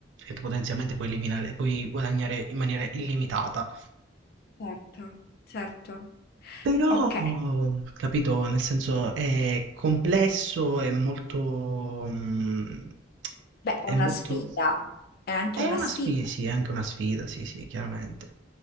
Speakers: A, on the right (about 75°); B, on the left (about 55°).
A: e potenzialmente puoi eliminare- puoi guadagnare in maniera illimitata.
B: Certo, certo.
A: Però,
B: Ok.
A: capito, nel senso è complesso, è molto, mm,
B: Beh, è
A: è
B: una
A: molto,
B: sfida, è anche
A: è
B: una
A: una
B: sfida.
A: sfida, sì, è anche una sfida, sì, sì, chiaramente.